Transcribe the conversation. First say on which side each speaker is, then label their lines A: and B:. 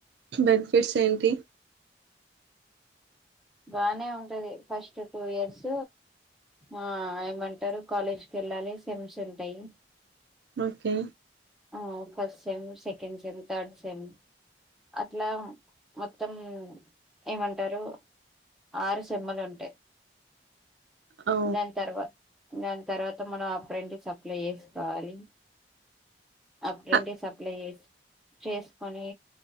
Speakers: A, on the right; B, in the centre.
A: బెనిఫిట్స్ ఏంటి
B: బానే ఉంటది ఫస్ట్ టూ ఇయర్స్ ఆ ఏమంటారు కాలేజ్కి వెళ్ళాలి సెమ్స్ ఉంటాయి
A: ఓకే
B: ఓ ఫస్ట్ సెమ్ సెకడ్ సెమ్ థడ్ సెమ్ అట్లా మొత్తం ఏమంటారు ఆరు సమ్మలు ఉంటాయి
A: ఓ
B: దాని తర్వాత దాని తర్వాత మనం అప్పుడంటి సప్లై చేసుకోవాలి అప్పుడుంటే
A: అ-
B: సప్లై చేసి చేసుకొని